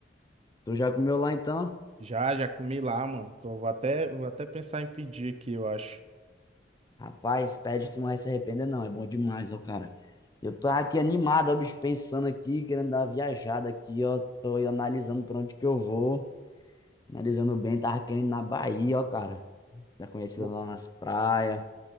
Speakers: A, on the left (about 20°); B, on the right (about 35°).
A: Tu já comeu lá, então?
B: Já, já comi lá, mano. Tô, vou até, vou até pensar em pedir aqui, eu acho.
A: Rapaz, pede, tu não vai se arrepender, não. É bom demais, ó, cara. Eu tô aqui animado, ó, bicho, pensando aqui, querendo dar uma viajada aqui, ó. Tô aí analisando pra onde que eu vou. Analisando bem, tava querendo ir na Bahia, ó, cara. Tá conhecida
B: Pô,
A: lá nas praias.